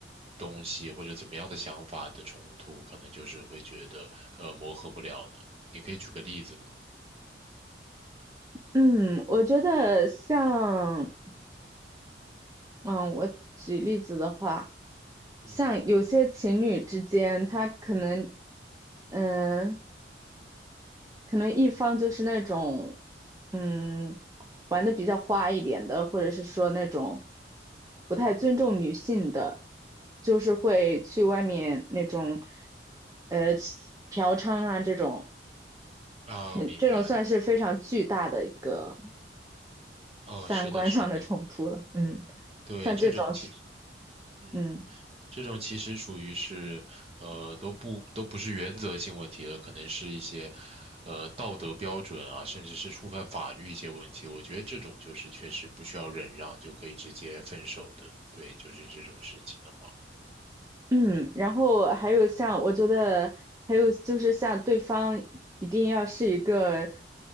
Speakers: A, on the right; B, on the right.
A: 东西或者怎么样的想法的冲突，可能就是会觉得呃磨合不了呢？你可以举个例子吗？
B: 嗯，我觉得像。嗯，我举例子的话，
A: 嗯，
B: 像有些情侣之间，他可能，嗯，可能一方就是那种，嗯，玩的比较花一点的，或者是说那种不太尊重女性的，就是会去外面那种，呃，嫖娼啊这种，
A: 啊，
B: 肯这种算是非常巨大的一个
A: 明白。哦，
B: 三观上的冲突了。
A: 是的，是的，
B: 嗯，
A: 对，
B: 像这种是，
A: 这种其嗯。
B: 嗯。
A: 这种其实属于是，呃，都不都不是原则性问题了，可能是一些，呃，道德标准啊，甚至是触犯法律一些问题。我觉得这种就是确实不需要忍让就可以直接分手的，对，就是这种事情的话，
B: 嗯，然后还有像，我觉得还有就是像对方一定要是一个，